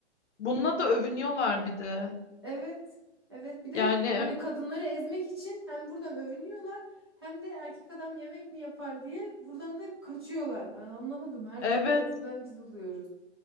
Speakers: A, on the left; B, on the right.
A: bununla da övünüyorlar bir de.
B: Evet. Evet. Bir de
A: Yani
B: hani kadınları ezmek için hem buradan övünüyorlar hem de erkek adam yemek mi yapar diye buradan da kaçıyorlar. Yani anlamadım. Her
A: evet
B: türlü ezilen biz oluyoruz.